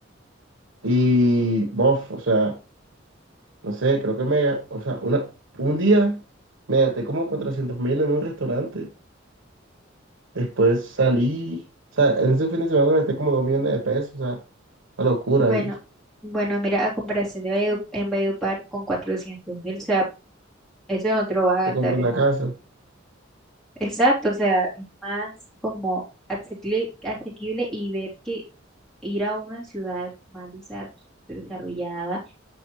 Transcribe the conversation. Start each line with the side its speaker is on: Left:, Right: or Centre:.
Right: Y, bof, o sea, no sé, creo que me, o sea, una, un día me gasté como cuatrocientos mil en un restaurante, después salí, o sea, en ese fin de semana me gasté como 2 millones de pesos, o sea, una locura,
Centre: Bueno,
Right: y
Centre: bueno, mira, a comparación de Valledu- en Valledupar con cuatrocientos mil, o sea, eso no te lo vas a gastar
Right: me compré una
Centre: en un...
Right: casa,
Centre: Exacto, o sea, es más como asequible, asequible y ver que ir a una ciudad más desar- desarrollada,